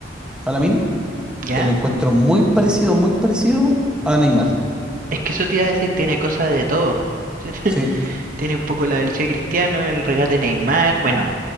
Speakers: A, in the centre; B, on the right.
A: a Lamine,
B: ¿Ya?
A: eh, lo encuentro muy parecido, muy parecido a Neymar.
B: Es que eso te iba a decir, tiene cosas de todo. <laughs>
A: Sí,
B: Tiene un poco la velocidad de Cristiano, el regate de Neymar, bueno,